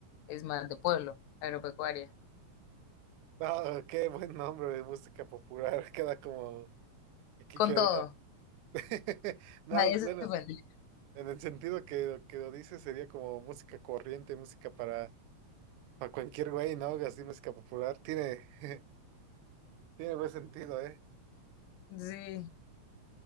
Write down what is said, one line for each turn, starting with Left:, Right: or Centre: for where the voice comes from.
Left: es más de pueblo, agropecuaria.
Right: No, qué buen nombre de música popular, <laughs> queda como aquí
Left: Con
Right: queda.
Left: todo,
Right: <laughs> No,
Left: nadie
Right: bueno,
Left: se ofende.
Right: en el sentido que, que lo dice sería como música corriente, música para, para cualquier güey, ¿no? Así música popular, tiene, <laughs> tiene buen sentido, ¿eh?
Left: Sí,